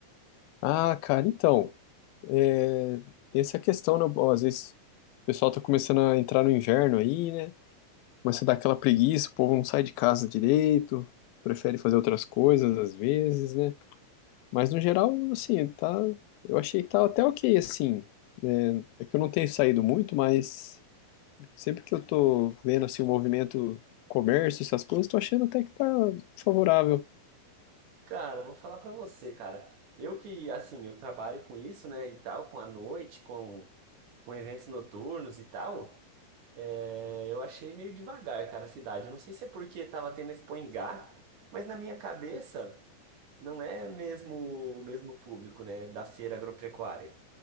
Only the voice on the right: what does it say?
Cara, vou falar pra você, cara. Eu que, assim, eu trabalho com isso, né, e tal, com a noite, com, com eventos noturnos e tal. É, Eu achei meio devagar, cara, a cidade. Eu não sei se é porque tava tendo a Expo em Gá, mas na minha cabeça não é mesmo o mesmo público, né, da feira agropecuária.